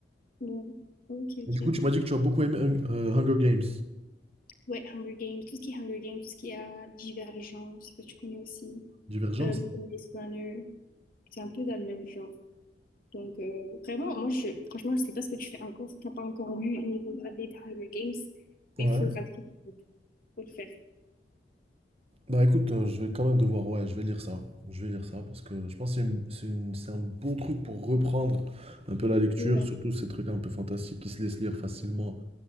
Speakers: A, on the left; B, on the right.
A: Ouais. Ok, ok.
B: Et du coup, tu m'as dit que tu as beaucoup aimé Hung- euh, Hunger Games.
A: Ouais, Hunger Games, tout ce qui est Hunger Games, tout ce qui est euh, Divergent, je sais pas si tu connais aussi,
B: Divergence?
A: euh, Blade Runner, c'est un peu dans le même genre. Donc, euh, vraiment, moi, je, franchement, je sais pas ce que tu fais encore, si t'as pas encore lu et niveau gradé de Hunger Games,
B: Ouais.
A: mais il faudra le faire, en fait. faut le faire.
B: Bah écoute, euh, je vais quand même devoir, ouais, je vais lire ça. Je vais lire ça parce que je pense que c'est une- c'est une- c'est un bon truc pour reprendre un peu la lecture,
A: Et,
B: surtout ces trucs un peu fantastiques qui se laissent lire facilement.